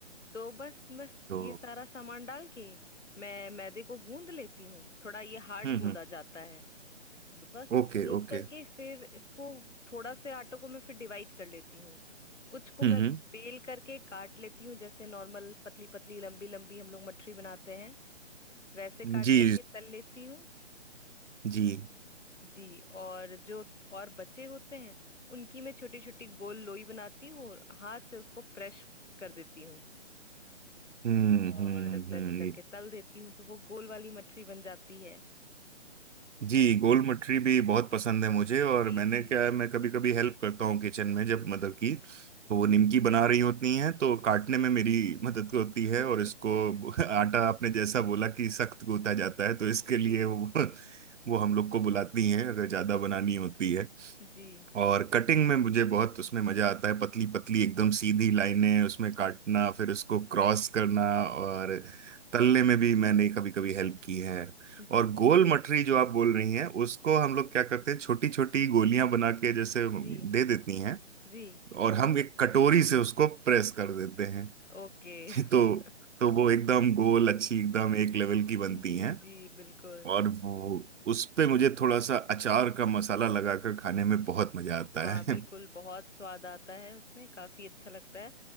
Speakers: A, on the left; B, on the right.
A: तो बस बस
B: तो
A: ये सारा सामान डाल के मैं मैदे को गूंद लेती हूँ थोड़ा ये हार्ड
B: हम्म
A: गूंदा
B: हम्म
A: जाता है तो बस
B: Okay
A: गूंद
B: okay
A: करके फिर इसको थोड़ा से आटे को मैं फिर डिवाइड कर लेती हूँ कुछ को
B: हम्म
A: मैं
B: हम्म
A: बेल करके काट लेती हूँ जैसे नॉर्मल पतली पतली लंबी लंबी हम लोग मठरी बनाते हैं वैसे काट
B: जी
A: करके तल लेती हूँ
B: जी
A: जी और जो और बचे होते हैं उनकी मैं छोटी छोटी गोल लोई बनाती हूँ और हाथ से उसको प्रेस कर देती हूँ
B: हम्म
A: और
B: हम्म
A: प्रेस
B: हम्म
A: करके तल देती हूँ तो वो गोल वाली मठरी बन जाती है
B: जी गोल मटरी भी बहुत पसंद है मुझे और
A: जी
B: मैंने
A: जी
B: क्या है मैं कभी कभी हेल्प करता हूँ किचन में जब मदर की
A: जी
B: तो वो निमकी
A: जी
B: बना रही होती हैं तो काटने में मेरी मदद होती
A: <laughs>
B: है और इसको <laughs> आटा आपने जैसा बोला कि सख्त गूंथा जाता है तो इसके
A: जी
B: लिए वो वो हम लोग को बुलाती हैं अगर ज्यादा बनानी होती है
A: जी <laughs> जी
B: और कटिंग में मुझे बहुत उसमें मजा आता है पतली पतली एकदम सीधी लाइनें उसमें काटना फिर उसको क्रॉस करना और तलने में भी मैंने कभी कभी हेल्प की है
A: जी
B: और
A: जी
B: गोल मटरी जो आप बोल रही हैं उसको हम लोग क्या करते हैं छोटी छोटी गोलियां बना के जैसे
A: जी
B: दे देती हैं
A: जी
B: और हम एक कटोरी से उसको प्रेस कर देते हैं
A: ओके
B: <laughs> तो
A: <laughs>
B: तो वो एकदम गोल अच्छी एकदम एक लेवल की बनती
A: जी
B: हैं
A: जी बिल्कुल
B: और वो उस पे मुझे थोड़ा सा अचार का मसाला लगाकर खाने में बहुत मजा आता
A: हाँ
B: है
A: बिल्कुल
B: <laughs>
A: बहुत स्वाद आता है उसमें काफी अच्छा लगता है